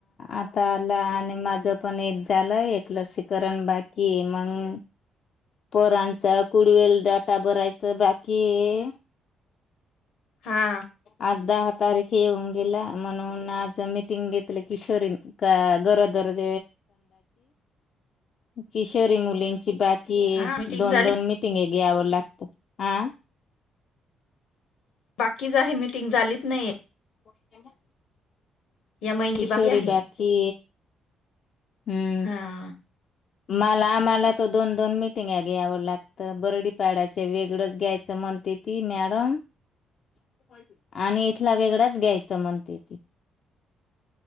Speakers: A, on the left; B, on the left.
A: आता आला, आणि माझ पण एक झालंय, एक लसीकरण बाकी मंग. पोरांचा कुडवेल डाटा भरायचं बाकीये.
B: हा
A: आज दहा. तारखे येऊन गेला, म्हणून आज मीटिंग घेतलं किशोरीन का गरोदर <inaudible> किशोरी मुलींची बॅच. कि
B: हा मीटिंग
A: दोन-दोन
B: झाली
A: मिीटिंगे घ्यावे लागत हा.
B: कीचही मिीटिंग झालीच नाहीये.
A: हो <unintelligible>
B: या महिन्याची
A: किशोरी
B: आहे
A: बाकी हम्म...
B: हा
A: मला- आम्हाला त दोन- दोन मिटिंगा घ्यावं लागतं बरडीपाडाच वेगळंच घ्यायचं म्हणते ती मॅडम
B: ह <inaudible>
A: <inaudible> आणि इथला वेगळाच घ्यायचं म्हणते ती